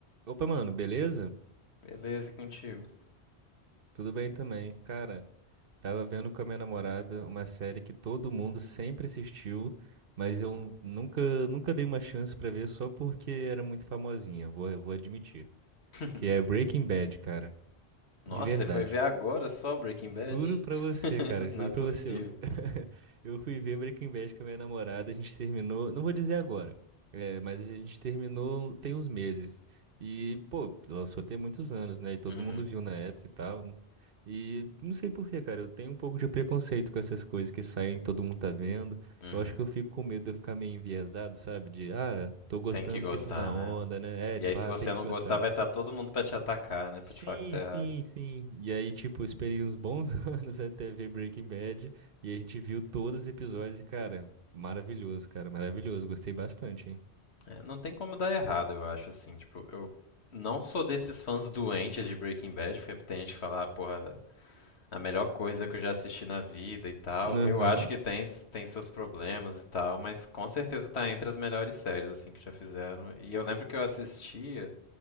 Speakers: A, on the right; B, on the left.
A: Opa, mano, beleza?
B: Beleza, e contigo?
A: Tudo bem também. Cara, tava vendo com a minha namorada uma série que todo mundo sempre assistiu, mas eu nunca, nunca dei uma chance pra ver só porque era muito famosinha, vou, vou admitir.
B: <laughs>
A: Que é Breaking Bad, cara.
B: Nossa,
A: De verdade.
B: você foi ver agora só Breaking
A: Juro
B: Bad?
A: pra você,
B: <laughs>
A: cara,
B: Não
A: juro
B: é possível.
A: pra você. Eu, fu- <laughs> eu fui ver Breaking Bad com a minha namorada, a gente terminou, não vou dizer agora, é, mas a gente terminou tem uns meses. E, pô, lançou tem muitos anos, né? E todo
B: Uhum,
A: mundo viu na época e tal. E não sei por quê, cara, eu tenho um pouco de preconceito com essas coisas que saem, todo mundo tá vendo.
B: uhum.
A: Eu acho que eu fico com medo de eu ficar meio enviesado, sabe? De, ah, tô gostando
B: Tem que gostar,
A: porque tô na
B: né?
A: onda, né?
B: E
A: É, tipo,
B: aí, se
A: ah,
B: você
A: tem que
B: não
A: gostar.
B: gostar, vai estar todo mundo pra te atacar, né? Pra
A: Sim,
B: te falar que você tá
A: sim,
B: errado.
A: sim. E aí, tipo, eu esperei uns bons <laughs> anos até ver Breaking Bad. E a gente viu todos os episódios e, cara, maravilhoso, cara, maravilhoso. Gostei bastante, hein?
B: É, não tem como dar errado, eu acho, assim. Tipo, eu não sou desses fãs doentes de Breaking Bad, porque tem gente que fala, ah, porra, a melhor coisa que eu já assisti na vida e tal.
A: Aham.
B: Eu acho que tem, s- tem seus problemas e tal, mas com certeza tá entre as melhores séries assim que já fizeram. E eu lembro que eu assistia,